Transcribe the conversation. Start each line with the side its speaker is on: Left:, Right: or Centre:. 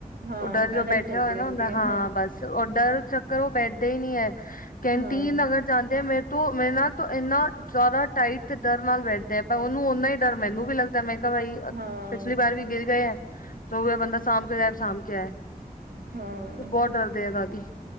Right: ਹਾਂ
Left: ਡਰ ਜੋ
Right: ਪੈਦਲ
Left: ਬੈਠਿਆ
Right: ਹੀ ਚੱਲਦੀ
Left: ਹੋਇਆ
Right: ਰਹਿੰਦੀ
Left: ਨਾ ਹੁੰਦਾ
Right: ਹੈ
Left: ਹਾਂ, ਬਸ ਉਹ ਡਰ- ਘਰੋ ਬੈਠਦੇ ਨੀ ਹੈ। ਕੈਂਟੀਨ
Right: ਹਾਂ
Left: ਅਗਰ- ਜਾਂਦੇ ਆ। ਮੇਰੇ ਤੋਂ ਮੇਰੇ ਨਾਲ ਤੇ ਇੰਨਾ ਜ਼ਿਆਦਾ ਟਾਈਟ ਡਰ ਨਾਲ ਬੈਠਦੇ ਆ ਪਰ ਉਹਨੂੰ ਓਨਾ ਹੀ- ਡਰ ਮੈਨੂੰ ਵੀ ਲੱਗਦਾ ਮੈਂ ਕਿਹਾ ਬਈ
Right: ਹਾਂ
Left: ਪਿਛਲੀ ਵਾਰ ਵੀ ਗਿਰ ਗਿਆ ਜੋ ਵੀ ਬੰਦਾ ਸਾਂਭ ਕੇ ਜਾਏ, ਸਾਂਭ ਕੇ ਆਏ।
Right: ਹਾਂ,
Left: ਬਹੁਤ ਡਰਦੇ ਆ ਦਾਦੀ